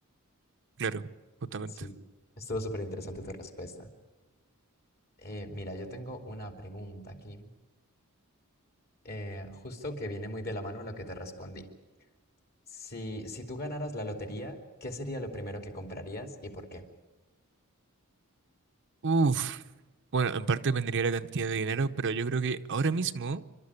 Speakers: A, on the right (about 55°); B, on the left (about 45°).
A: Claro, justamente.
B: Sí, estuvo súper interesante tu respuesta. Eh, mira, yo tengo una pregunta aquí, eh, justo que viene muy de la mano a lo que te respondí. Si, si tú ganaras la lotería, ¿qué sería lo primero que comprarías y por qué?
A: Uf. Bueno, en parte dependería la cantidad de dinero, pero yo creo que ahora mismo,